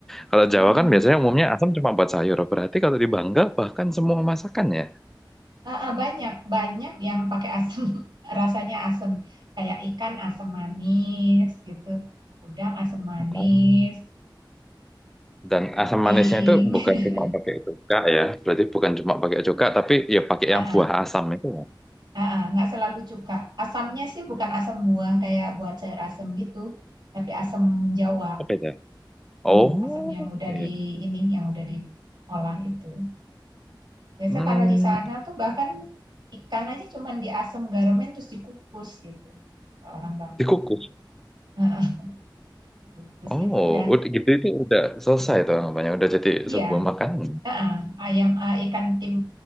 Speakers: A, in the centre; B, on the right.
A: Kalau
B: Hmm,
A: Jawa kan biasanya umumnya asam cuma buat sayur. Berarti kalau di Bangka bahkan semua masakan ya.
B: ah, ah, banyak, banyak yang pakai asem, <laughs> rasanya asem. Kayak ikan asem manis gitu, udang asem manis,
A: Oh. Dan
B: iting.
A: asam manisnya itu bukan
B: <laughs>
A: cuma pakai cuka ya. Berarti bukan cuma pakai cuka, tapi ya pakai
B: Ah,
A: yang buah
B: ah,
A: asam itu ya.
B: ah, ah, nggak selalu cuka. Asamnya sih bukan asam buah kayak buat sayur asem gitu, tapi asam Jawa.
A: Apa itu? Oh,
B: Mm, asam yang udah
A: iya.
B: di ini yang udah diolah itu. Biasa
A: Hmm,
B: karena di sana tuh bahkan ikan aja cuman diasam garamin terus dikukus gitu. Kalau Orang Bangka
A: dikukus.
B: tuh. Heeh, Kukus
A: Oh,
B: itu udah
A: udah gitu itu udah selesai tuh namanya. Udah jadi
B: iya,
A: sebuah makanan.
B: heeh, Ayam eh, ikan tim